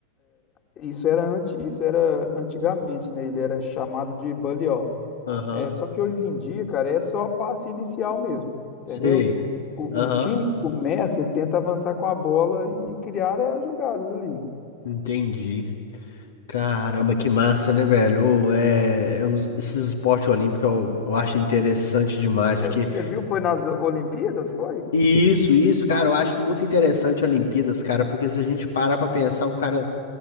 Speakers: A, on the left (about 35°); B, on the left (about 65°).
A: Isso era antes, isso era antigamente, né? Ele era chamado de bully off.
B: Aham,
A: É, só que hoje em dia, cara, é só passe inicial mesmo, entendeu?
B: sei.
A: O,
B: Aham,
A: o time que começa, ele tenta avançar com a bola e criar é, as jogadas ali.
B: entendi. Caramba, que massa, né, velho? Ô, é, é uns- esses esportes olímpicos eu, eu acho interessante demais,
A: É,
B: porque
A: Você viu, foi nas Olimpíadas, foi?
B: isso, isso, cara, eu acho muito interessante
A: Ó,
B: Olimpíadas, cara, porque se a gente parar pra pensar, o cara,